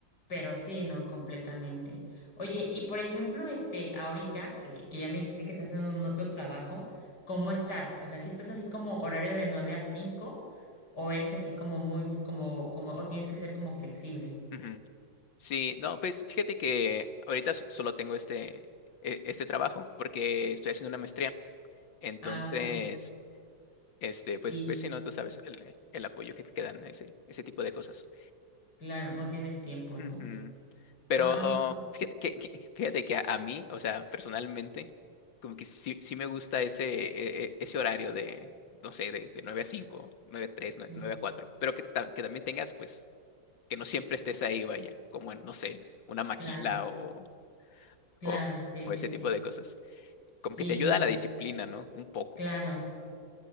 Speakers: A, on the left; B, on the left.
A: pero sí, no, completamente. Oye, y por ejemplo, este, ahorita que, que ya me dijiste que estás haciendo un otro trabajo, ¿cómo estás? O sea, si estás así como horario de 9 a 5 o eres así como muy, f- como, como, o tienes que ser como flexible?
B: Ujú. Sí, no, pues fíjate que ahorita so- solo tengo este, e- este trabajo porque estoy haciendo una maestría. Entonces,
A: Ah, ok,
B: este, pues,
A: sí,
B: pues sí, no, tú sabes el, el apoyo que te dan ese, ese tipo de cosas.
A: claro, no tienes tiempo,
B: Ujú.
A: ¿no?
B: Pero
A: Ah, ok,
B: fíjate que, que- <laughs> fíjate que a, a mí, o sea, personalmente, como que sí, sí me gusta ese, e- e- ese horario de, no sé, de, de 9 a 5 9 a 3,
A: sí,
B: 9 a 4 pero que, ta- que también tengas, pues, que no siempre estés ahí, vaya, como en, no sé, una maquila
A: claro,
B: o,
A: claro,
B: o,
A: sí,
B: o
A: sí,
B: ese
A: sí.
B: tipo de cosas.
A: Sí,
B: Como que te ayuda a la disciplina, ¿no? Un poco.
A: Claro,